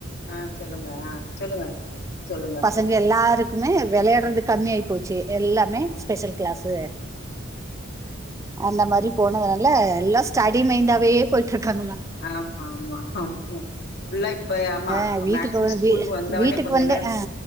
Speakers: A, on the left; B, on the right.
A: ஆ சொல்லுங்க ஆ சொல்லுங்க சொல்லுங்க
B: எங்க எல்லாருக்குமே வெளையாட்றது கம்மி ஆயி போச்சு எல்லாமே ஸ்பெஷல் கிளாஸு அந்த மாரி போனதுனால எல்லா ஸ்டடி மைண்டாவே போயிட்டு இருக்காங்க மேம்
A: ஆமாமா <unintelligible> ஃபுல்லா இப்ப ஆமா
B: அ
A: இப்ப
B: வீட்டுக்கு
A: மேக்சிமம்
B: வ
A: ஸ்கூலுக்
B: வீ
A: வந்தவோனே
B: வீட்டுக்கு
A: கொஞ்ச
B: வந்து
A: நேர
B: அ